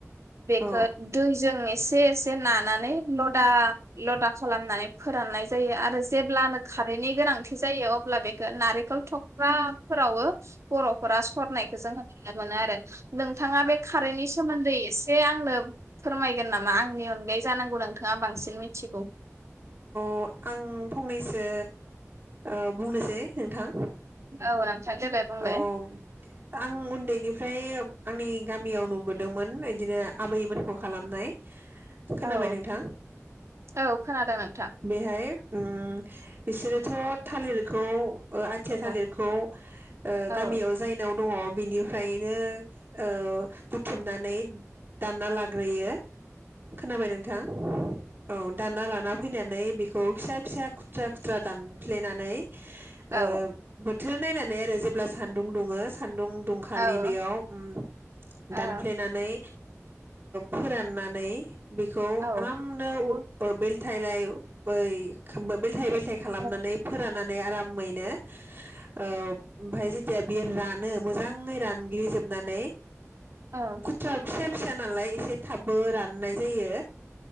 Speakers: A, on the right; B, on the right.
A: बेखौ
B: औ
A: दैजों एसे एसे नानानै लदा लदा खालामनानै फोराननाय जायो आरो जेब्लानो खारेन्टनि गोनांथि जायो अब्ला बेखौ नारेंखल थख्राफोरावबो बर'फोरा सरनायखौ जोङो ननो मोनो आरो नोंथाङा बे खारैनि सोमोन्दै एसे आंनो फोरमायगोन नामा आंनि अनगायै जानांगौ नोंथां बांसिन मिथिगौ
B: अ आं फंनैसो ओ बुंनोसै नोंथां
A: औ नोंथां देलाय बुंलाय
B: औ आं उन्दैनिफ्राय आंनि गामियाव नुबोदोंमोन बिदिनो आबैमोनखौ खालामनाय खोनाबाय
A: औ
B: नोंथां
A: औ खोनादों नोंथां
B: बेहाय ओम बिसोरोथ' थालिरखौ ओ आथिया
A: औ
B: थालिरखौ
A: औ
B: गामियाव जायनाव दङ बिनिफ्रायनो ओ बुथुमनानै दानना लाग्रोयो खोनाबाय नोंथां औ दानना लाना फैनानै बेखौ फिसा फिसा खुथ्रा खुथ्रा दानफ्लेनानै ओ
A: औ
B: बोद बोथोर नायनानै आरो जेब्ला सान्दुं दुङो सान्दुं दुंखालि
A: औ
B: बेयाव ओ ओम
A: औ
B: दानफ्लेनानै फोराननानै बेखौ
A: औ
B: आरामनो
A: औ
B: बेलथाइलाय बै बेलथाय बेलथाय खालामनानै
A: औ
B: फोरानानै आरामै नो औ ओमफ्राय जिथिया बियो रानो मोजाङै रानग्लिजोबनानै
A: औ
B: गुथा फिसा फिसा नालाय एसे थाब बो राननाय जायो